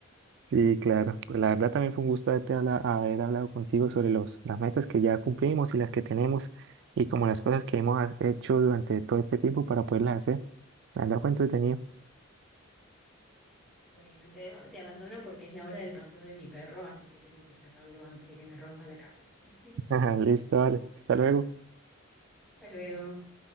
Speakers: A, on the right; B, in the centre.
A: Sí, claro. Pues la verdad también fue un gusto haberte habla- haber hablado contigo sobre los, las metas que ya cumplimos y las que tenemos y como las cosas que hemos ha- hecho durante todo este tiempo para poderlas hacer. La verdad fue entretenido.
B: Bueno, te, te abandono porque es la hora del paseo de mi perro, así que tengo que sacarlo antes de que me rompa la casa. <laughs>
A: <laughs> Listo, vale. Hasta luego.
B: Hasta luego.